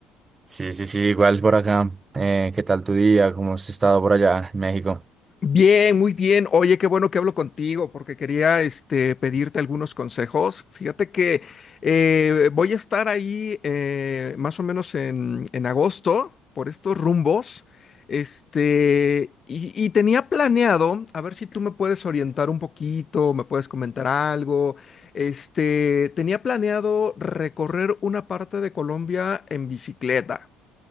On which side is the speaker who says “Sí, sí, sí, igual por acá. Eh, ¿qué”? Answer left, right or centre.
Right